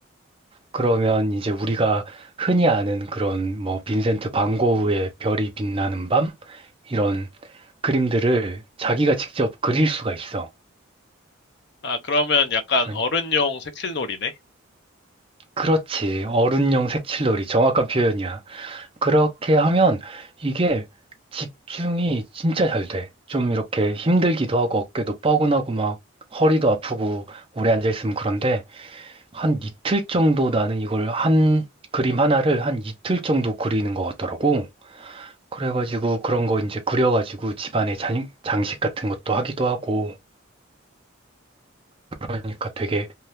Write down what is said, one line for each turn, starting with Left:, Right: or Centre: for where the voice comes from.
Right: 그러면 이제 우리가 흔히 아는 그런 뭐 빈센트 반 고흐의 별이 빛나는 밤 이런 그림들을 자기가 직접 그릴 수가 있어.
Left: 아, 그러면 약간
Right: 그러니
Left: 어른용 색칠놀이네?
Right: 그렇지. 어른용 색칠놀이 정확한 표현이야. 그렇게 하면 이게 집중이 진짜 잘 돼. 좀 이렇게 힘들기도 하고 어깨도 뻐근하고 막 허리도 아프고 오래 앉아 있으면 그런데 한 이틀 정도 나는 이걸 한 그림 하나를 한 이틀 정도 그리는 것 같더라고. 그래가지고 그런 거 이제 그려가지고 집안에 장, 장식 같은 것도 하기도 하고 그러니까 되게